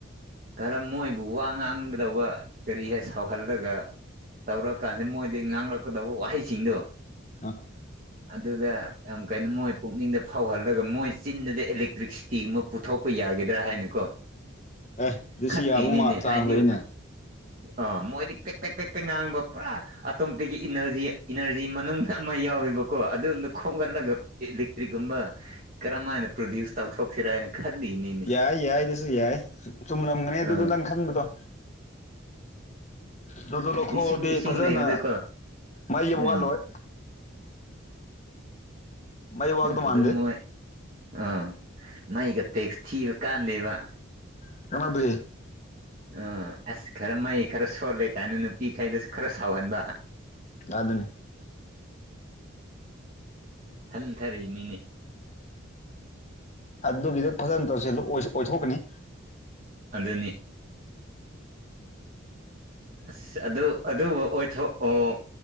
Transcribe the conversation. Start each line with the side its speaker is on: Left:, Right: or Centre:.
Right: ꯈꯔ ꯃꯣꯏꯕꯨ ꯋꯥ ꯉꯥꯡꯒꯗꯧꯕ ꯀꯔꯤ ꯍꯦꯛ ꯁꯥꯎꯍꯜꯂꯒ ꯇꯧꯔꯛꯑꯀꯥꯟꯁꯤꯗ ꯃꯣꯏꯗꯤ ꯉꯥꯡꯂꯛꯀꯗꯧꯕ ꯋꯥꯍꯩꯁꯤꯡꯗꯣ
Left: ꯑꯥ
Right: ꯑꯗꯨꯗ ꯌꯥꯝ ꯀꯥꯏꯅꯣ ꯃꯣꯏ ꯄꯨꯛꯅꯤꯡꯗ ꯐꯥꯎꯍꯜꯂꯒ ꯃꯣꯏ ꯆꯤꯟꯗꯨꯗ ꯏꯂꯦꯛꯇ꯭ꯔꯤꯛꯁꯤꯇꯤꯒꯨꯝꯕ ꯄꯨꯊꯣꯛꯄ ꯌꯥꯒꯗ꯭ꯔꯥ ꯍꯥꯏꯅꯀꯣ
Left: ꯑꯦ ꯑꯗꯨꯁꯨ
Right: ꯈꯜꯂꯤꯅꯤꯅꯦ
Left: ꯌꯥꯕ ꯆꯥꯡꯁ
Right: ꯍꯥꯏꯗꯤ
Left: ꯂꯩꯅꯦ
Right: ꯑ ꯃꯣꯏꯗꯤ ꯄꯤꯛ ꯄꯤꯛ ꯄꯤꯛ ꯄꯤꯛ ꯉꯥꯡꯕ ꯄꯨꯔꯥ ꯑꯇꯣꯝꯇꯒꯤ ꯏꯅꯔꯖꯤ ꯏꯅꯔꯖꯤ ꯃꯅꯨꯡ ꯑꯃ ꯌꯥꯎꯋꯦꯕ ꯀꯣ ꯑꯗꯨ ꯈꯣꯡꯒꯜꯂꯒ ꯂꯤꯛꯇ꯭ꯔꯤꯒꯨꯝꯕ ꯀꯔꯝ ꯍꯥꯏꯅ ꯄ꯭ꯔꯣꯗ꯭ꯌꯨꯁ ꯇꯧꯊꯣꯛꯁꯤꯔꯥ ꯍꯥꯏꯅ ꯈꯜꯂꯤꯅꯤꯅ
Left: ꯌꯥꯏ ꯌꯥꯏ ꯑꯗꯨꯁꯨ ꯌꯥꯏ ꯆꯨꯝꯂꯝꯒꯅꯦ ꯑꯗꯨꯗꯣ
Right: ꯑꯥ
Left: ꯅꯪ ꯈꯟꯕꯗꯣ ꯑꯗꯨꯗꯣ ꯂꯧꯊꯣꯛꯑꯗꯤ
Right: ꯂꯤꯁꯤꯡ ꯂꯤꯁꯤꯡ
Left: ꯐꯖꯅ
Right: ꯂꯩꯕꯗꯀꯣ
Left: ꯃꯩꯒꯤ
Right: ꯎꯝ
Left: ꯋꯥꯠꯂꯣꯏ ꯃꯩ ꯋꯥꯠꯀꯗꯧ
Right: ꯑꯗꯨ
Left: ꯃꯥꯟꯗꯦ
Right: ꯃꯣꯏ ꯑꯥ ꯃꯩꯒ ꯇꯦꯛꯁ ꯊꯤꯕ ꯀꯥꯟꯗꯦꯕ
Left: <unintelligible>
Right: ꯎ ꯑꯁ ꯈꯔ ꯃꯍꯩ ꯈꯔ ꯁꯣꯜꯂꯦ ꯀꯥꯏꯅ ꯅꯨꯄꯤꯈꯩꯗꯁꯨ ꯈꯔ ꯁꯥꯎꯍꯟꯕ
Left: ꯌꯥꯗꯨꯅꯤ
Right: ꯍꯟꯊꯔꯛꯏꯅꯤꯅꯦ
Left: ꯑꯗꯨꯒꯤꯗꯣ ꯐꯖꯅ ꯇꯧꯁꯤ ꯑꯣꯏꯊꯣꯛꯀꯅꯤ
Right: ꯑꯗꯨꯅꯤ ꯑꯁ ꯑꯗꯨ ꯑꯗꯨꯕꯨ ꯑꯣꯏꯊꯣꯛ ꯑꯣ